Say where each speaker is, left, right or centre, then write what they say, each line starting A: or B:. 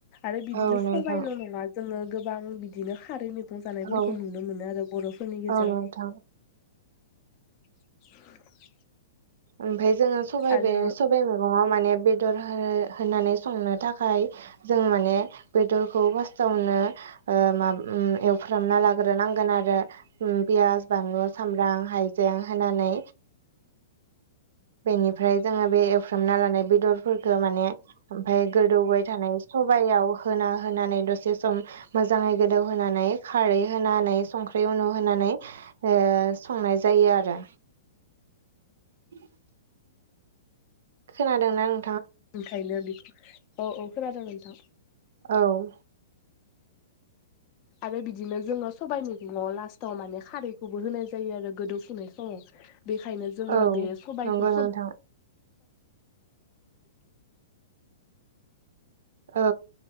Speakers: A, on the left (about 40°); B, on the right (about 65°).
A: आरो बिदिनो
B: औ नोंथां
A: सबायल' नङा जोङो गोबां बिदिनो खारैनि <unintelligible> नायफोरखौ
B: औ
A: नुनो मोनो आरो बर'फोरनि गेजेराव
B: औ नोंथां
A: <inaudible>
B: ओमफ्राय जोङो सबाय
A: आरो
B: बे सबाय मेगङाव माने बेदर हो होनानै संनो थाखाय जों माने बेदरखौ फास्टावनो ओ माम उ एवफ्रामना लाग्रोनांगोन आरो उ पियास बानलु सामब्राम हायजें होनानै बेनिफ्राय जोङो बे एवफ्रामना लानाय बेदर फोरखो माने ओमफाय गोदौबाय थानाय सबायाव होना होनानै दसे सम मोजाङै गोदौहोनानै खारै होनानै संख्रै उनु होनानै ओ संनाय जायो आरो <inaudible> खोनादों
A: ओंखायनो बेख औ औ खोनादों नोंथां
B: औ
A: आरो बिदिनो जोङो सबायाइ मैगङाव लास्टाव माने खारैखौबो होनाय जायो आरो गोदौ फुनाय समाव बेखायनो जोङो
B: औ
A: बे सबायखौ
B: नंगौ
A: सब
B: नोंथां
A: <unintelligible>
B: औ